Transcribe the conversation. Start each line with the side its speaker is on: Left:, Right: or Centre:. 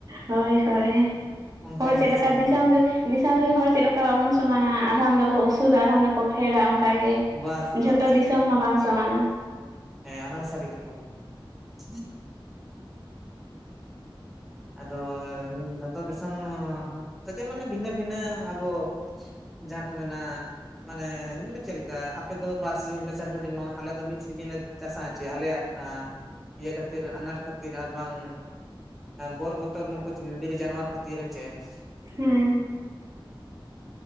Right: ᱦᱳᱭ ᱦᱳᱭ
Centre: ᱚᱱᱠᱟ
Right: ᱦᱚᱲ
Centre: ᱜᱮ
Right: ᱪᱮᱫ
Centre: ᱫᱤᱥᱚᱢ
Right: ᱞᱮᱠᱟ
Centre: ᱦᱚᱸ ᱾
Right: ᱨᱮ ᱫᱤᱥᱚᱢ ᱨᱮᱱ ᱦᱚᱲ ᱪᱮᱫ ᱞᱮᱠᱟ ᱵᱟᱵᱚᱱ ᱥᱚᱢᱟᱱᱟ ᱾ ᱟᱫᱷᱟᱱ ᱫᱚᱠᱚ ᱩᱥᱩᱞᱟ, ᱟᱫᱷᱟᱱ ᱫᱚᱠᱚ ᱯᱷᱮᱲᱰᱟ, ᱚᱱᱠᱟ ᱜᱮ
Centre: ᱵᱟᱥ
Right: ᱾
Centre: ᱵᱟᱥ
Right: ᱡᱷᱚᱛᱚ ᱫᱤᱥᱚᱢ
Centre: ᱵᱟᱥ
Right: ᱦᱚᱸ, ᱵᱟᱝ ᱥᱚᱢᱟᱱᱟ ᱾
Centre: ᱦᱮᱸ, ᱚᱱᱟ ᱫᱚ, ᱥᱟᱨᱤ ᱠᱟᱛᱷᱟ ᱜᱮ ᱾ ᱟᱫᱚ, ᱡᱚᱛᱚ ᱫᱤᱥᱚᱢ <inaudible> ᱛᱮᱜᱮ ᱢᱟᱱᱮ, ᱵᱷᱤᱱᱟᱹ ᱵᱷᱤᱱᱟᱹ ᱟᱵᱚ <inaudible> ᱡᱟᱦᱟᱸ ᱠᱚ, ᱢᱮᱱᱟ ᱢᱟᱱᱮ, ᱢᱟᱱᱮ ᱪᱮᱫ ᱞᱮᱠᱟ, ᱟᱯᱮ ᱫᱚ, ᱵᱟᱨ ᱥᱤᱡᱤᱱ ᱯᱮ ᱪᱟᱥᱟ ᱾ ᱡᱮᱱᱚ ᱟᱞᱮ ᱫᱚ, ᱢᱤᱫ ᱥᱤᱡᱤᱱ ᱞᱮ ᱪᱟᱥᱟ ᱦᱮᱸᱪᱮ, ᱟᱞᱮᱭᱟᱜ, ᱟᱸ ᱤᱭᱟᱹ, ᱠᱷᱟᱹᱛᱤᱨ, ᱟᱱᱟᱴ ᱠᱷᱟᱹᱛᱤᱨ, ᱟᱨ ᱵᱟᱝ ᱵᱳᱨ ᱵᱚᱛᱚᱨ, ᱱᱩᱠᱩ ᱵᱤᱨ ᱡᱟᱱᱣᱟᱨ ᱠᱷᱟᱹᱛᱤᱨ, ᱦᱮᱸᱪᱮ ᱾
Right: ᱦᱩᱸ ᱻ ᱾